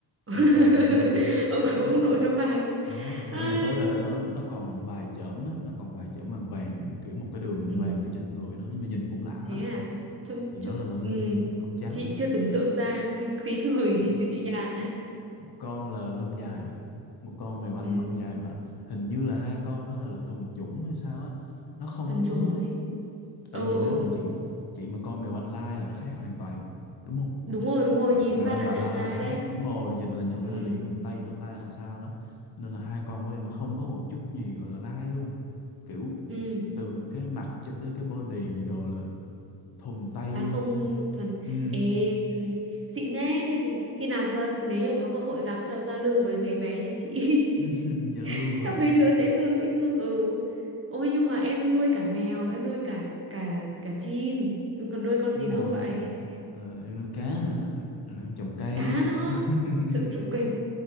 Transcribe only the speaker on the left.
vàng vàng cho nên là
tới
ờ,
ờ, tới đời nó, nó còn vài chởm á, nó còn vài chởm vàng vàng kiểu một cái đường vàng
vàng ở trên người nó nhưng mà nhìn cũng lạ
lắm
thì nó
là lông
lông trắng
còn,
ừ.
một con là lông dài một con
mèo Anh
lông dài mà hình như là hai con nó là, là thuần chủng hay sao á nó không
có
tại vì
nếu mà chị chị mà coi mèo Anh lai là nó khác hoàn toàn đúng không
mèo,
mèo
Anh
mà
lai
là khác
đúng rồi nhìn là nhận
ra liền mèo Tây mèo ta làm sao đó nên là hai con của em là không có một chút gì gọi là lai luôn kiểu
từ cái mặt cho tới cái body đồ là thuần Tây
luôn
ừ
<laughs> dạ
lưa
à
đúng
rồi
Ờ, em nuôi cá nữa em, rồi em trồng
cây
<laughs>